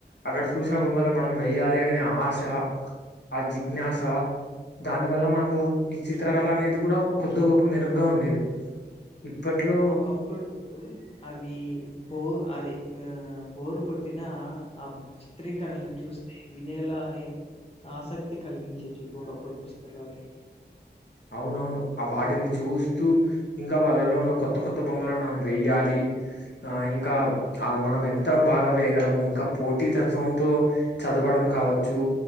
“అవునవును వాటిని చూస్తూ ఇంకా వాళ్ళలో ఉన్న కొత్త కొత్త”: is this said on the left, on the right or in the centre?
Left